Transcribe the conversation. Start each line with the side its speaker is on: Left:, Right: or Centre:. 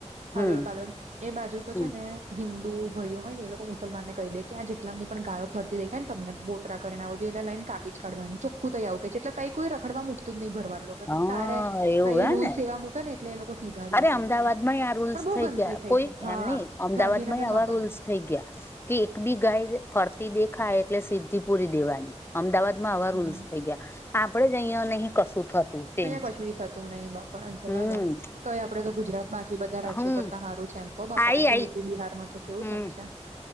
Left: હમ
Right: હાલોલ કાલોલ. એ બાજુ તો
Left: હમ
Right: છે ને હિન્દુ ભાઈઓ હોય ને એ લોકો મુસલમાનને કહી દે કે આ જેટલા ની પણ ગાયો ફરતી દેખાય ને તમને ને એટ લાઈન કાપી કાઢવાની ચોખ્ખું તઇ આવું કહે છે એટલે તઈ કોઈ રખડવા મકતું નહીં ભરવાડ લોકો
Left: હા
Right: તારે
Left: એવું હે
Right: રૂલ્સ
Left: ને
Right: એવા મૂકે ને એટલે એ લોકો સીધા દોર
Left: અરે
Right: રહી
Left: અમદાવાદમાંય
Right: છે
Left: આ રૂલ્સ
Right: પણ બહુ
Left: થઈ
Right: ગંદકી
Left: ગયા કોઈ
Right: છે હા
Left: એમ નહ અમદાવાદમાંય
Right: ગાંધીનગર
Left: આવા
Right: માં પણ
Left: રૂલ્સ થઈ ગયા. કે એક બી ગાય ફરતી દેખાય એટલે સિદ્ધિ પૂરી દેવાની. અમદાવાદ માં આવા
Right: હમ
Left: રૂલ્સ થઈ ગયા આપડે જ અહીયા અને અહી કશું થતું. ચેન્જ
Right: અહીયા કશી થતું નહી બાપા જવા
Left: હમ
Right: દો. તોય આપડ તો ગુજરાત બાકી બધા રાજ્યો
Left: હમ
Right: કરતા હારું છે ઓહ બાપા
Left: આઈ
Right: બાકી
Left: આઈ
Right: યુપી બિહારમાં તો કેવું
Left: હમ
Right: થાય છે